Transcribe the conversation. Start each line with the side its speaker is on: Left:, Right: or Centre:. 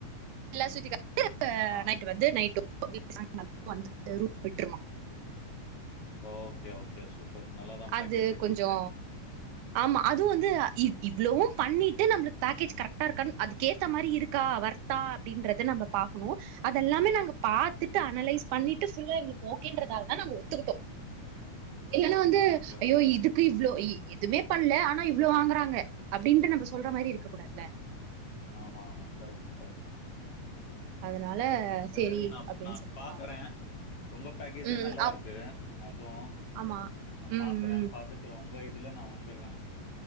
Right: எல்லாம் சுத்தி <inaudible>
Left: ஆ
Right: நைட வந்து நைட்டு <inaudible> வந்து தெரு விட்டுருமா
Left: ஓகே ஓகே சுப்ப இப்ப நல்லாதான்
Right: அது
Left: பேக்கேஜ் இருக்கு
Right: கொஞ்சோ
Left: இது
Right: ஆமா அதுவும் வந்து இவ்வளவும் பண்ணிட்டு நம்மளுக்கு பேக்கேஜ் கரெக்டா இருக்கான்னு அதுக்கேத்த மாதிரி இருக்கா வர்த்தா அப்டின்றத நம்ம பாக்கணும் அதெல்லாமே நாங்க
Left: ஓகே
Right: பாத்துட்டு அனலைஸ் பண்ணிட்டு ஃபுல்லா ஓகோக்கன்றதால தான் நாங்க ஒத்துருட்டோம் இல்லன்னா
Left: ஓகே
Right: வந்து
Left: ஓகே
Right: ஐயோ
Left: ஓகே.
Right: இதுக்கு இவ்ளோ எதுவுமே பண்ணல ஆனா இவ்வளோ வாங்கறாங்க அப்புடின்னுட்டு நம்ம சொல்ற மாதிரி இருக்க கூடாதுல
Left: ஆமா ஆமா கெடைக்கு கெடைக்கு
Right: அதனால
Left: சரி
Right: சேரி
Left: நான்
Right: அப்டின்னு
Left: நான்
Right: சொல்லி
Left: பாக்குறேன்
Right: பாத்தோ
Left: உங்க பேக்கேஜே
Right: ம்
Left: நல்லா இருக்கு அதுவும்
Right: ஆமா
Left: நான்
Right: ம்
Left: பாக்குறேன்
Right: ம்
Left: பாத்துட்டு உங்க இ இதுல நான் வந்துடுறேன்